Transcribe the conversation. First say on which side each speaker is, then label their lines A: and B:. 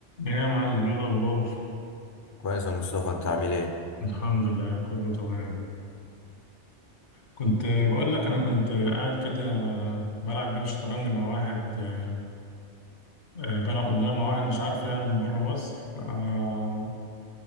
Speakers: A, on the left; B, on the left.
A: ايه يا معلم ايه الاخبار
B: كويس يا مصطفى انت عامل ايه؟
A: الحمد لله كله تمام كنت بقول لك انا كنت قاعد كده بلعب جيم شطرنج مع واحد آه، آه، بلعب اونلاين مع واحد مش عارفه يعني من بره مصر آه،